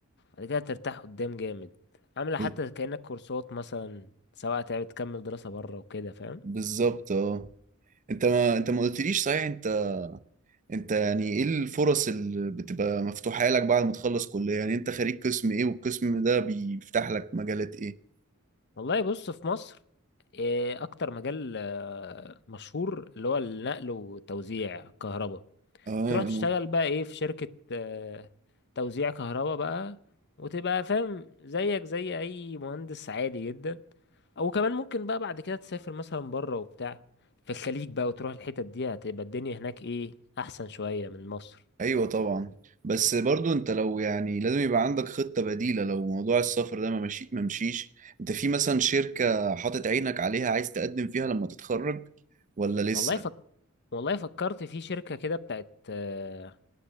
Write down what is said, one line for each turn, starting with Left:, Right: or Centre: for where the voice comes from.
Left: بعد كده ترتاح قدام جامد عاملة
Right: ب-
Left: حتى كأنك كورسات مثلا سواء تعب تكمل دراسة بره وكده فاهم
Right: بالظبط اه انت ما انت ما قلتليش صحيح انت انت يعني ايه الفرص اللي بتبقى مفتوحة لك بعد ما تخلص كلية يعني انت خريج قسم ايه والقسم ده بيفتح لك مجالات ايه
Left: والله بص في مصر إيه اكتر مجال آه، مشهور اللي هو النقل وتوزيع كهرباء
Right: اه آه.
Left: تروح تشتغل بقى ايه في شركة آه، توزيع كهرباء بقى وتبقى فاهم زيك زي اي مهندس عادي جدا وكمان ممكن بقى بعد كده تسافر مثلا بره وبتاع في الخليج بقى وتروح الحتت دي هتبقى الدنيا هناك ايه احسن شوية من مصر
Right: ايوه طبعا بس برضو انت لو يعني لازم يبقى عندك خطة بديلة لو موضوع السفر ده ما مشي ما مشيش انت في مثلا شركة حاطط عينك عليها عايز تقدم فيها لما تتخرج ولا لسه
Left: والله فك... والله فكرت في شركة كده بتاعت آه،